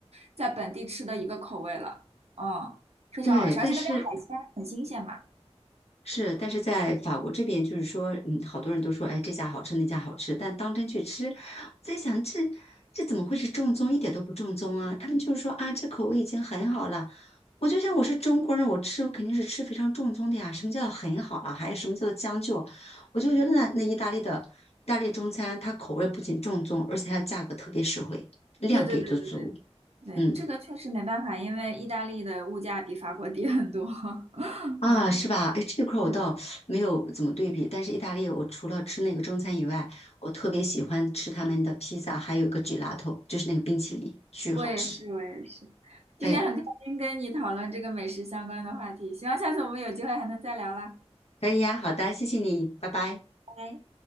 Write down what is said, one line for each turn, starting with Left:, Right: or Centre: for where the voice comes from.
Right: 在本地吃的一个口味了，嗯，非常好吃，
Left: 对，
Right: 而且那边海鲜很新鲜嘛。
Left: 但是是，但是在法国这边，就是说，嗯，好多人都说，哎，这家好吃，那家好吃，但当真去吃，我在想，这这怎么会是正宗？一点都不正宗啊！他们就是说啊，这口味已经很好了。我就想，我是中国人，我吃我肯定是吃非常正宗的呀。什么叫很好了？还有什么叫做将就？我就觉得那那意大利的意大利中餐，它口味不仅正宗，而且它价格特别实惠，量给的足。
Right: 对对对对对对，
Left: 嗯。
Right: 这个确实没办法，因为意大利的物价比法国低很多，<laughs>
Left: 啊，
Right: 嗯，
Left: 是吧？哎，这块儿我倒没有怎么对比，
Right: 对的。
Left: 但是意大利我除了吃那个中餐以外，我特别喜欢吃他们的披萨，还有一个 gelato，就是那个冰淇淋，巨好吃。
Right: 我也是，我也是。
Left: 哎呀，
Right: 今天很开心跟你讨论这个美食相关的话题，希望下次我们有机会还能再聊啦。
Left: 可以呀，好的，谢谢你，拜拜。
Right: 拜拜。